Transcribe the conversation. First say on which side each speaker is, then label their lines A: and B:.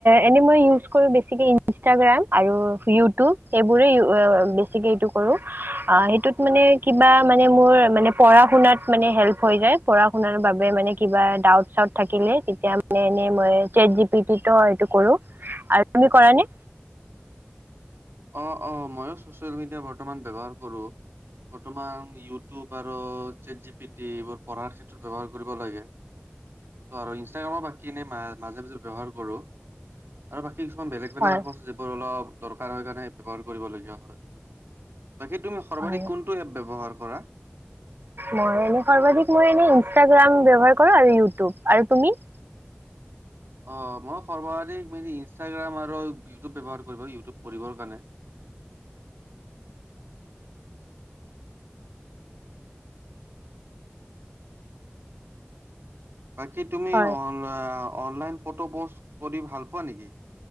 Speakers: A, on the right; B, on the right.
A: এনে মই ইউজ কৰো বেছিকে ইনষ্টাগ্ৰাম আৰু ইউটিউব। সেইবোৰে বেছিকে এইটো কৰো। আহ, সেইটোত মানে কিবা মানে মোৰ মানে পঢ়া শুনাত মানে হ হৈ যায়। পঢ়া শুনাৰ বাবে মানে কিবা ডাউট চাউট থাকিলে তে তিয়া মানে এনে মই ছেট জি পি টি টো এইটো কৰো আৰু তুমি কৰা নে?
B: অ', অ' মইয়ো ছচিয়েল মিডিয়া বৰ্তমান ব্যৱহাৰ কৰো। বৰ্তমান ইউটিউব আৰু চেট জি পি টি এইবোৰ পঢ়াৰ ক্ষেত্ৰত ব্যৱহাৰ কৰিব লাগে। ত' আৰু ইনষ্টাগ্ৰামো বাকী এনেই মাজে মাজে ব্যৱহাৰ কৰোঁ। আৰু বাকী কিছুমান বেলেগ বেলেগ
A: হয়
B: এপো যিবোৰ অলপ দৰ কাৰ হৈ কাৰণে ব্যৱহাৰ কৰিব লগীয়া হয়। বাকী তুমি সৰ্বাধিক
A: হয়
B: কোনটো এপ ব্যৱহাৰ কৰা?
A: মই এনে সৰ্বাধিক মই এনে ইনষ্টাগ্ৰাম ব্যৱহাৰ কৰো আৰু ইউটিউব আৰু তুমি?
B: অ' মই সৰ্বাধিক মানে ইনষ্টাগ্ৰাম আৰু ইউটিউব ব্যৱহাৰ কৰিব ইউটিউব পঢ়িবৰ কাৰণে। বাকী তুমি
A: হয়
B: অন আ অনলাইন ফটো পোষ্ট কৰি ভাল পোৱা নেকি?